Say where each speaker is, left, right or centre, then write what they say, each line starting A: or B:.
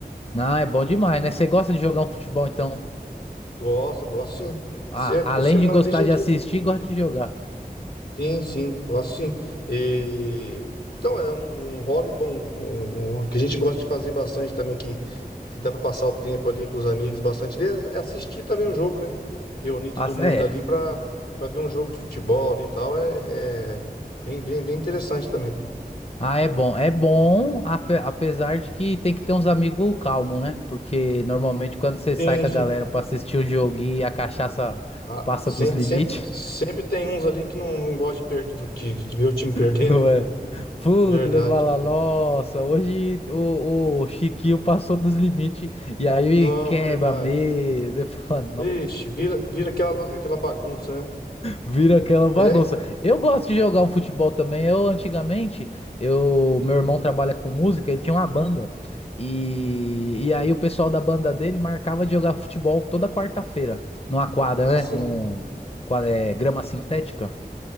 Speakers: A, on the left (about 40°); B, on the left (about 85°).
A: Não, é bom demais, né? Você gosta de jogar um futebol, então.
B: Gosto, gosto sim.
A: Ah,
B: Se é toda
A: além
B: semana
A: de gostar
B: ali, gente
A: de assistir, gosta de jogar.
B: Sim, sim, gosto sim. E, então, é um, um hobby bom, um- um que a gente gosta de fazer bastante também, que, que dá para passar o tempo ali com os amigos bastante, é assistir também um jogo, né? Reunir todo
A: Ah,
B: mundo
A: é.
B: ali para para ver um jogo de futebol ali e tal, é, é bem, bem, bem interessante também.
A: Ah, é bom. É bom, ape- apesar de que tem que ter uns amigos calmos, né? Porque normalmente quando você sai
B: Sim,
A: com a
B: sim.
A: galera pra assistir o jogo e a cachaça
B: Ah,
A: passa
B: sempre,
A: dos limites,
B: sempre, sempre tem uns ali que não, não gosta de perder, do que, de ver o time perder,
A: <laughs> não
B: né?
A: é? Puta,
B: Verdade.
A: você fala, nossa, hoje o, o Chiquinho passou dos limites e aí
B: Não,
A: quebra
B: verdade.
A: a mesa. Você fala,
B: Vixe, vira, vira aquela, aquela bagunça, né?
A: Vira aquela bagunça.
B: É,
A: Eu gosto de jogar um futebol também. Eu antigamente, eu, meu irmão trabalha com música, ele tinha uma banda. E, e aí o pessoal da banda dele marcava de jogar futebol toda quarta-feira, numa quadra,
B: assim.
A: né? Um, qua- é, grama sintética.